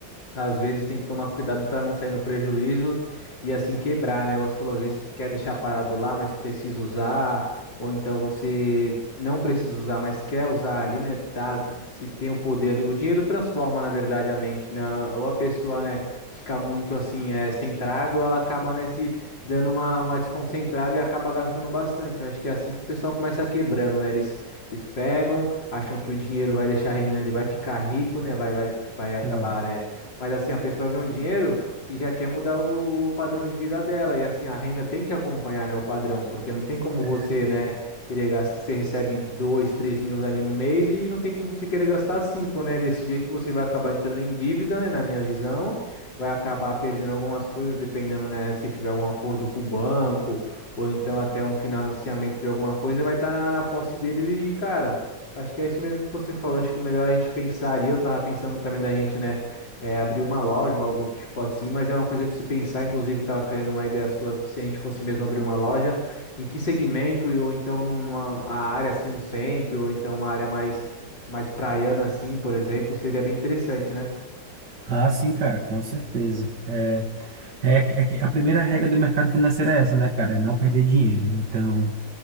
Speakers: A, on the left; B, on the right.
A: Às vezes tem que tomar cuidado para não sair no prejuízo e assim quebrar, né? Igual você falou, às vezes quer deixar parado lá, mas precisa usar, ou então você não precisa usar, mas quer usar ali, né? Tá, se tem o poder. O dinheiro transforma, na verdade, a mente, né? Ou a pessoa, né, fica muito assim, é, centrada, ou ela acaba, né, se dando uma, uma desconcentrada e acaba gastando bastante. Eu acho que é assim que o pessoal começa quebrando, né? Eles, eles pegam, acham que o dinheiro vai deixar rendendo, ele vai ficar rico, né? Vai, vai, vai acabar,
B: Bom,
A: né? Mas assim, a pessoa ganha um dinheiro e já quer mudar o, o padrão de vida dela. E assim, a renda tem que acompanhar, né, o padrão, porque
B: com
A: não tem como
B: certeza.
A: você, né, querer gastar. Você recebe dois, três mil ali no mês e não tem como você querer gastar cinco, né? Desse jeito você vai acabar entrando em dívida, né, na minha visão. Vai acabar perdendo algumas coisas, dependendo, né, se tiver algum acordo com o banco ou então até um financiamento de alguma coisa, vai estar na, na posse deles e, cara. Acho que é isso mesmo que você falou. Acho que o melhor é a gente pensar ali. Eu tava pensando também da gente, né? é, abrir uma loja ou algo do tipo assim, mas é uma coisa de se pensar. Inclusive, estava querendo uma ideia sua se a gente fosse mesmo abrir uma loja, em que segmento, e ou então num- numa a área assim, um centro, ou então uma área mais, mais praiana assim, por exemplo, seria bem interessante, né?
B: ah, sim, cara, com certeza. É, É, que- é que a primeira regra do mercado financeiro é essa, né, cara? É não perder dinheiro. Então,